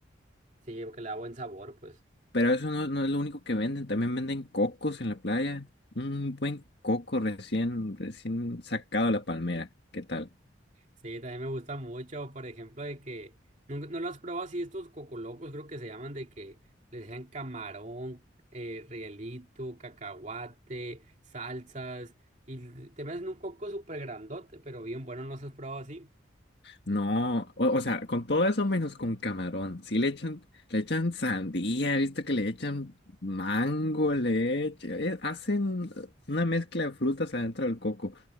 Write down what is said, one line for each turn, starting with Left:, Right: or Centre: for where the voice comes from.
Right: Sí, porque le da buen sabor, pues.
Left: Pero eso no, no es lo único que venden, también venden cocos en la playa. Un buen coco recién, recién sacado de la palmera. ¿Qué tal?
Right: Sí, también me gusta mucho, por ejemplo, de que nunca- no, lo has probado así estos cocolocos, creo que se llaman de que les dejan camarón, eh, rielito, cacahuate, salsas, y te meten un coco súper grandote, pero bien bueno, ¿no los has probado así?
Left: No, o, o sea, con todo eso menos con camarón. Sí le echan, le echan sandía, viste que le echan mango, le echan, eh, hacen una mezcla de frutas adentro del coco.